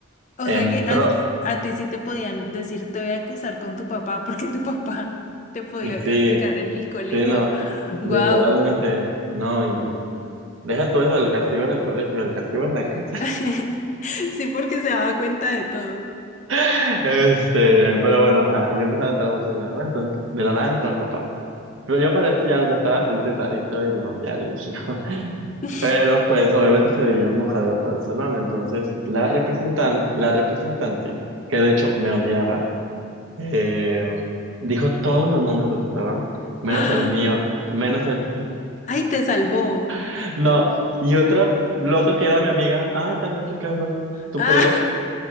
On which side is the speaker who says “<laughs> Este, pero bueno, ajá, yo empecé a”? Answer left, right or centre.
Right